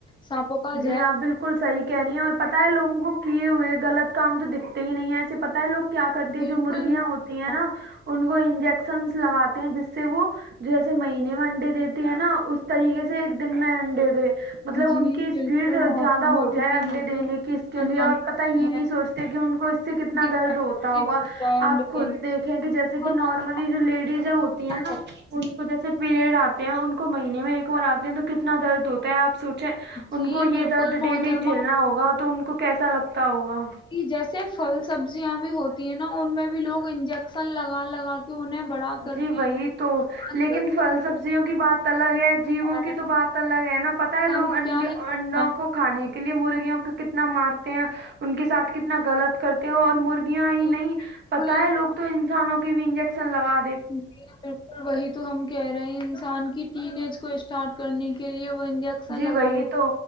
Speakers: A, on the left; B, on the right.
A: سانپوں کا
B: جی
A: زہر
B: آپ بالکل صحیح کہہ رہی ہیں اور پتہ ہے لوگوں کو کیے ہوئے غلط کام تو دکھتے ہی نہیں ہے ایسے پتا ہے لوگ کیا کرتی
A: بالکل
B: ہیں جو مرغیاں
A: محترمہ
B: ہوتی ہیں نا ان کو ن لگاتے ہیں جس سے وہ جے مہینے منڈے دیتے ہیں نا اس طریقے سے ایک دن میں مڈے د مطلب
A: جی
B: ان کہ اسپیڈ
A: بالکل محترمہ
B: زیادہ ہو جائے
A: جی
B: انڈے
A: بالکل
B: دینے
A: محترمہ
B: کی اس کے لیے
A: جانکاری
B: اور پت یہ
A: ہے
B: نہیں سوچتے کہ ان کو اس سے کتنا
A: کہ
B: درد
A: کیا
B: ہوتا
A: کتنی
B: ہوا
A: بڑھتا ہے انڈے
B: آپ خود
A: دینے
B: دیکھیں کہ جیسے
A: بالکل
B: کہ نارملی
A: محترمہ
B: جو لیڈیز ہوتی ہیں نا
A: ہے
B: ان کو جیسے پیریڈ ہیں ان کو مہینے میں ایک بار آتے ہیں تو کتنا درد ہوتا ہے آپ سوچیں ان
A: جی
B: کو یہ
A: بالکل
B: درد ڈیلی
A: محترمہ
B: جھیلنا ہوگا تو ان کو کیسا لگتا ہوگا
A: کہ جیسے پھل سبزیاں بھی ہوتی ہیں نا ان میں بھی لوگ انجیکشن لگا لگا کے انہیں بڑا کرتے
B: جی وہی
A: ہیں
B: تو
A: آج
B: لیکن
A: کل
B: فھل سبزی وں کی بات الگ
A: کیوں
B: ہے جیووں
A: ہو رہا
B: کی
A: ہے،
B: تو بات الگ ہے نا پت ہے لوگ
A: ہم
B: انڈ
A: کیا ہی
B: انڈوں
A: بتائیں
B: کو کھانے کی کے لیے مرغیوں کو کتنا مارتے ہیں ان کے ساتھ کتنا غلط کرتے ہو اور مرغیاں
A: گے۔
B: ہی نہیں
A: بالکل
B: پتا ہے لوگ تو انسانوں بھی انجیکشن لگایا
A: جی بالکل وہی تو تو ہم کہہ رہے ہیں انسان کی ٹین ایج کو اسٹارٹ کرنے کے لیے وہ انجیکشن
B: جی
A: لگا
B: وہی
A: دیتے
B: تو